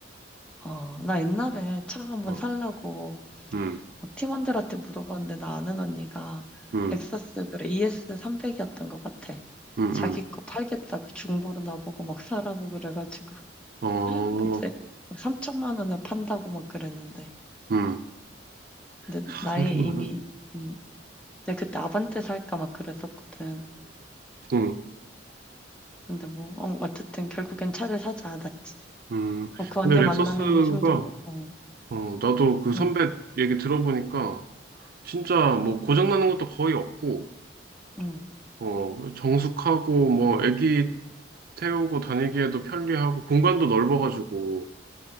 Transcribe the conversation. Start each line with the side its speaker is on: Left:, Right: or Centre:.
Centre: 어, 나 옛날에 차 한번
Right: 어,
Centre: 살라고
Right: 음,
Centre: 어, 팀원들한테 물어봤는데 나 아는 언니가
Right: 음,
Centre: 렉서스 그래 ES300이었던 것 같아.
Right: 음,
Centre: 자기
Right: 음.
Centre: 거 팔겠다고 중고로 나보고 막 사라고 그래가지고
Right: 어,
Centre: <laughs> 그때 막 3천만 원에 판다고 막 그랬는데
Right: 음.
Centre: 근데
Right: 다
Centre: 나의
Right: 3천만
Centre: 이미
Right: 원?
Centre: 음, 내가 그때 아반떼 살까 막 그랬었거든.
Right: 응,
Centre: 근데 뭐 어, 어쨌든 결국엔 차를 사지 않았지.
Right: 음.
Centre: 어, 그 언니
Right: 근데 렉서스가
Centre: 만나면 요즘도 어,
Right: 어, 나도 그 선배
Centre: 응,
Right: 얘기 들어보니까 진짜 뭐 고장나는 것도 거의 없고,
Centre: 응,
Right: 어, 정숙하고 뭐 애기 태우고 다니기에도 편리하고 공간도 넓어가지고